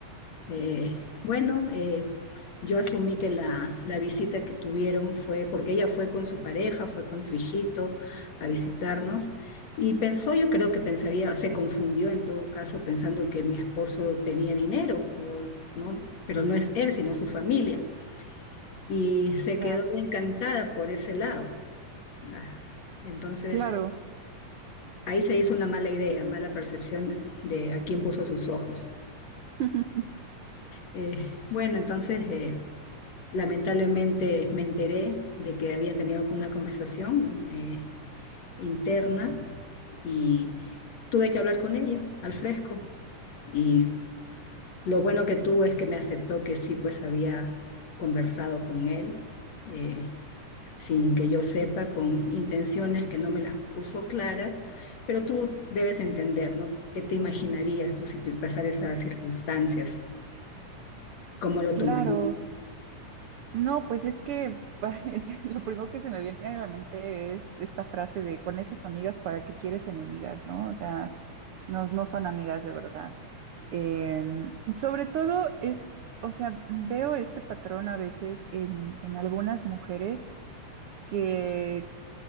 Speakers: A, on the left (about 55°); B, on the right (about 75°).
A: Eh, bueno, eh, yo asumí que la, la visita que tuvieron fue porque ella fue con su pareja, fue con su hijito a visitarnos y pensó, yo creo que pensaría, se confundió en todo caso pensando que mi esposo tenía dinero, o, ¿no? Pero no es él, sino su familia. Y se
B: ya,
A: quedó encantada por ese lado. Ah, Entonces,
B: claro,
A: Ahí se hizo una mala idea, mala percepción de a quién puso sus ojos.
B: <laughs>
A: Eh, bueno, entonces eh, lamentablemente me enteré de que habían tenido una conversación eh, interna y tuve que hablar con ella al fresco. Y lo bueno que tuvo es que me aceptó que sí, pues había conversado con él. eh, sin que yo sepa, con intenciones que no me las puso claras, pero tú debes entender, ¿no? ¿Qué te imaginarías tú si te pasara esas circunstancias? ¿Cómo lo
B: claro.
A: tomarías?
B: No, pues es que <laughs> lo primero que se me viene a la mente es esta frase de con esas amigas, ¿para qué quieres enemigas? ¿No? O sea, no, no son amigas de verdad. Em, sobre todo es, o sea, veo este patrón a veces en, en algunas mujeres que